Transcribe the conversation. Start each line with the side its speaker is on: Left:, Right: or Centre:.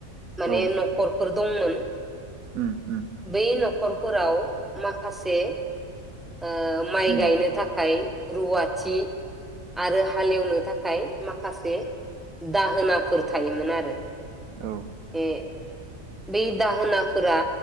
Centre: माने
Right: औ
Centre: न'खर फोर दंमोन।
Right: उम उम
Centre: बै न'खरफोराव माखासे ओ माइ
Right: उम
Centre: गायनो थाखा थाखाय रुवाथि आरो हालेवनो थाखाय माखासे दाहोनाफोर थायोमोन आरो।
Right: औ
Centre: ए बेै दाहोनाफोरा